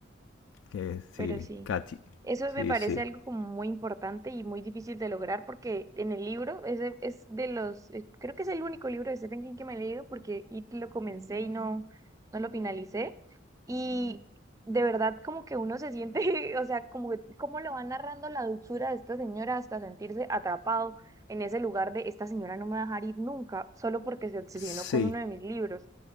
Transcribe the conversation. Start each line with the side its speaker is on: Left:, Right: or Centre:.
Left: que sí,
Right: Pero sí,
Left: Katy.
Right: eso
Left: Sí,
Right: me parece
Left: sí.
Right: algo como muy importante y muy difícil de lograr porque en el libro, ese es de los, eh, creo que es el único libro de Stephen King que me he leído porque IT lo comencé y no, no lo finalicé. Y de verdad como que uno se siente, <laughs> o sea, como que- cómo lo va narrando la dulzura de esta señora hasta sentirse atrapado en ese lugar de esta señora no me va a dejar ir nunca, solo porque se obsesionó
Left: Sí,
Right: con uno de mis libros